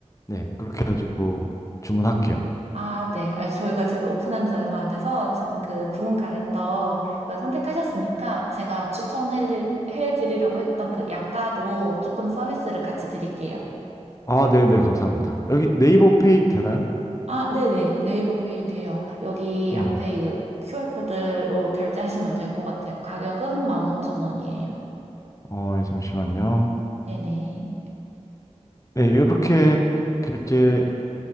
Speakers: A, on the left (about 25°); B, on the right (about 60°).
A: 네. 그렇게 해가지고 주문할게요.
B: 아, 네. 아, 저희가 지금 오픈한 지 얼마 안 돼서 지금 그 구운 가래떡 그걸 선택하셨으니까 제가 추천해 드리려고 했던 그 약과도 조금 서비스를 같이 드릴게요.
A: 아, 네네. 감사합니다. 여기 네이버 페이 되나요?
B: 아, 네네. 네이버 페이 돼요. 여기
A: 음.
B: 앞에 이 QR코드로 결제하시면 될 것 같아요. 가격은 15,000원이에요.
A: 어, 예, 잠시만요.
B: 네네.
A: 네. 이렇게 결제